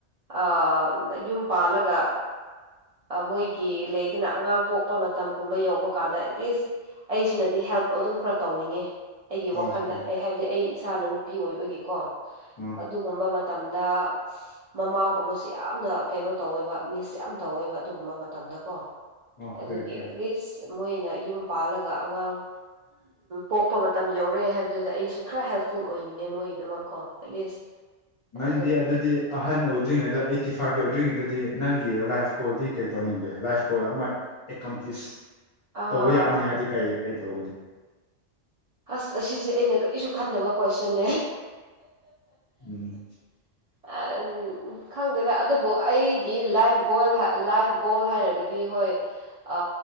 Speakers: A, on the right (about 60°); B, on the left (about 35°).
A: ꯑ ꯌꯨꯝ ꯄꯥꯜꯂꯒ ꯃꯣꯏꯒꯤ ꯂꯩꯗꯅ ꯑꯉꯥꯡ ꯄꯣꯛꯄ ꯃꯇꯝꯒꯨꯝꯕ ꯌꯧꯕ ꯀꯥꯟꯗ ꯑꯦꯠꯂꯤꯁ ꯑꯩꯁꯤꯅꯗꯤ ꯍꯦꯜꯞ ꯑꯗꯨꯝ ꯈꯔ ꯇꯧꯅꯤꯡꯉꯦ꯫ ꯑꯩꯒꯤ
B: ꯑꯣꯀꯦ
A: ꯋꯥꯈꯟꯗ ꯑꯩ ꯍꯥꯏꯕꯗꯤ ꯑꯩ ꯏꯁꯥꯅ ꯅꯨꯄꯤ ꯑꯣꯏꯕꯒꯤꯀꯣ꯫
B: ꯎꯝ
A: ꯑꯗꯨꯒꯨꯝꯕ ꯃꯇꯝꯗ ꯃꯃꯥꯒꯨꯝꯕꯕꯁꯤ ꯌꯥꯝꯅ ꯀꯩꯅꯣ ꯇꯧꯋꯦꯕ ꯃꯤꯁ ꯌꯥꯝ ꯇꯧꯋꯦꯕ ꯑꯗꯨꯒꯨꯝꯕ ꯃꯇꯝꯗꯀꯣ
B: ꯑꯣꯀꯦ
A: ꯑꯗꯨꯒꯤ
B: ꯑꯣꯀꯦ
A: ꯑꯦꯠꯂꯤꯁ ꯃꯣꯏꯅ ꯌꯨꯝ ꯄꯥꯜꯂꯒ ꯑꯉꯥꯡ ꯄꯣꯛꯄ ꯃꯇꯝ ꯌꯧꯔꯑꯦ ꯍꯥꯏꯕꯗꯨꯗ ꯑꯩꯁꯤ ꯈꯔ ꯍꯦꯜꯞꯐꯨꯜ ꯑꯣꯏꯅꯤꯡꯉꯦ ꯃꯣꯏꯗꯨꯃꯛꯀꯣ ꯑꯦꯠꯂꯤꯁ
B: ꯅꯪꯗꯤ
A: ꯑꯗꯨꯅ
B: ꯑꯗꯨꯗꯤ ꯑꯍꯟ ꯑꯣꯏꯗ꯭ꯔꯤꯉꯩꯗ ꯑꯩꯠꯇꯤ ꯐꯥꯏꯚ ꯌꯧꯗ꯭ꯔꯤꯉꯩꯗꯗꯤ ꯅꯪꯒꯤ ꯂꯥꯏꯐ ꯀꯣꯜꯗꯤ ꯀꯩ ꯇꯧꯅꯤꯡꯒꯦ ꯂꯥꯏꯐ ꯀꯣꯜ ꯑꯃ ꯑꯦꯀꯝꯄ꯭ꯂꯤꯁ
A: ꯑꯥ
B: ꯇꯧꯕ ꯌꯥꯅꯤ ꯍꯥꯏꯗꯤ ꯀꯩ ꯀꯔꯤ ꯇꯧꯕꯒꯅꯤ꯫
A: ꯑꯁ ꯑꯁꯤꯁꯦ ꯑꯩꯅ ꯀꯔꯤꯁꯨ ꯈꯟꯗꯕ ꯀꯣꯏꯁꯟꯅꯦ꫰
B: ꯎꯝ
A: ꯑ <unintelligible> ꯈꯪꯗꯦꯗ ꯑꯗꯨꯕꯨ ꯑꯩꯒꯤ ꯂꯥꯏꯐ ꯒꯣꯜ ꯂꯥꯏꯐ ꯒꯣꯜ ꯍꯥꯏꯔꯒꯗꯤ ꯍꯣꯏ ꯑ